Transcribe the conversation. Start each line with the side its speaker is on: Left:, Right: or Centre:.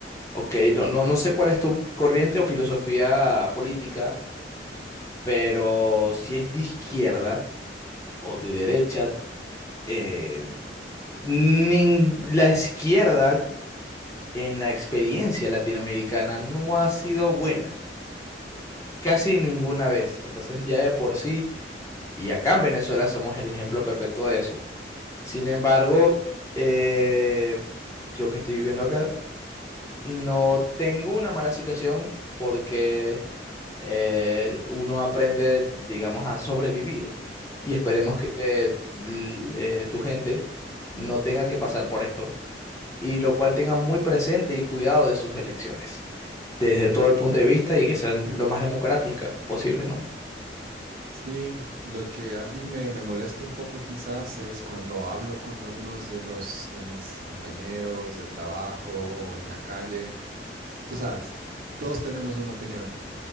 Left: ok, no, no, no sé cuál es tu corriente o filosofía política, pero si es de izquierda o de derecha, eh, nin- la izquierda en la experiencia latinoamericana no ha sido buena, casi ninguna vez. Entonces ya de por sí, y acá en Venezuela somos el ejemplo perfecto de eso. Sin embargo, eh, yo que estoy viviendo acá No tengo una mala situación porque eh, uno aprende, digamos, a sobrevivir y esperemos que eh, l- eh, tu gente no tenga que pasar por esto y lo cual tenga muy presente y cuidado de sus elecciones desde todo el punto de vista y que sean lo más democráticas posibles, ¿no?
Right: Sí, lo que a mí me, me molesta un poco quizás es cuando hablo con algunos de los de mis compañeros del trabajo o en la calle. Tú sabes, todos tenemos una opinión.